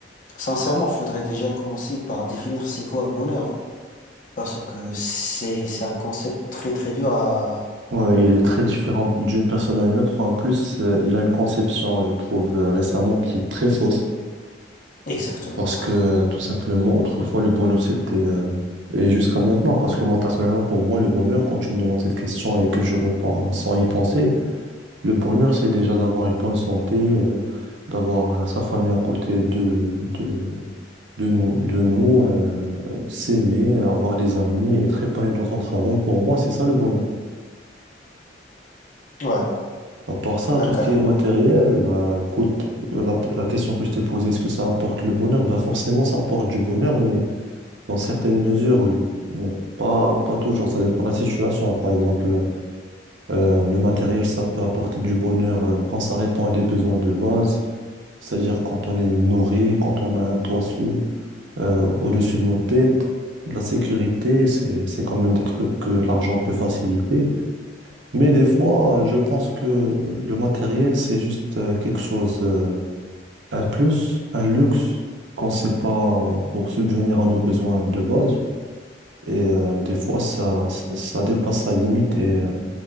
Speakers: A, on the left (about 45°); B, on the right (about 80°).
A: sincèrement, faudrait déjà commencer par définir c'est quoi le bonheur? Parce que c'est c'est un concept très très dur à
B: ouais, il est très différent d'une personne à une autre. En plus, euh, il a une conception, je trouve, euh, récemment qui est très fausse,
A: Exactement,
B: parce que
A: ouais.
B: euh, tout simplement, autrefois, le bonheur, c'était euh, Et jusqu'à maintenant, parce que moi, personnellement, pour moi, le bonheur, quand tu me demandes cette question et que je réponds sans y penser, Le bonheur, c'est déjà d'avoir une bonne santé, euh, d'avoir euh, sa famille à côté de, de, de nous, de nous euh, euh, s'aimer, avoir des amis, être épanoui dans son travail. Pour moi, c'est ça le bonheur.
A: Ouais,
B: À part ça,
A: bah
B: tout
A: carrément.
B: ce qui est matériel, bah, écoute, euh, la, la question que je t'ai posée, est-ce que ça apporte le bonheur? Bah, forcément, ça apporte du bonheur, mais dans certaines mesures, oui. Mais pas, pas toujours, ça dépend de la situation. Par exemple, euh, le matériel, ça peut apporter du bonheur euh, quand ça répond à des besoins de base C'est-à-dire quand on est nourri, quand on a un toit sous, euh, au-dessus de nos têtes, de la sécurité, c'est, c'est quand même des trucs que l'argent peut faciliter. Mais des fois, je pense que le matériel, c'est juste euh, quelque chose, euh, un plus, un luxe, qu'on ne sait pas pour subvenir à nos besoins de base. Et euh, des fois, ça, ça, ça dépasse la limite et euh,